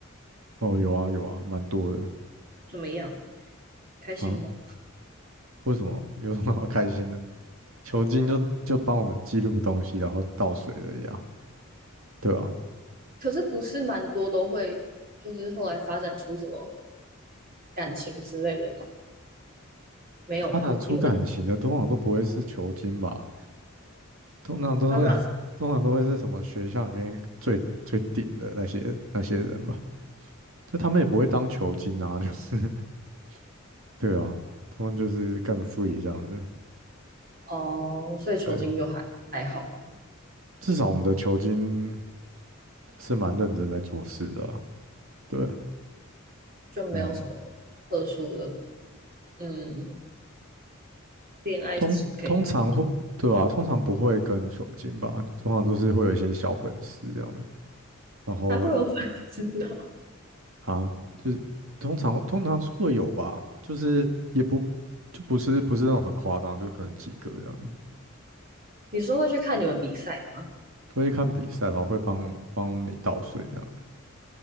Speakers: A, on the right; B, on the right.
A: 哦，有啊有啊，蛮多的
B: 怎么样？开心吗？
A: 啊。为什么？有什么好开心的？球经就就帮我们记录东西，然后倒水的呀，对啊。
B: 可是不是蛮多都会，就是后来发展出什么感情之类的吗？没有吗？
A: 发展出感情的通常都不会是球经吧？
B: 你们的，
A: 通常都会，
B: 啊，不然
A: 通常都会是什么学校里面最最顶的那些那些人吧？就他们也不会当球经啊，就是 <laughs> 对啊，他们就是更 free 这样子。
B: 哦，所以酬金就还还好，
A: 对，至少我们的球经是蛮认真在做事的啊对，
B: 就没有什么
A: 嗯。
B: 特殊的，嗯，恋爱史可以。
A: 通通常会，对吧、通常不会跟酒精吧，通常都是会有一些小粉丝这样，然后
B: <laughs> 还会有粉丝哦。
A: 啊，就是通常通常是会有吧，就是也不就不是不是那种很夸张，就可能几个这样，
B: 你说会去看你们比赛吗？
A: 对啊，会看比赛，然后会帮帮你倒水这样，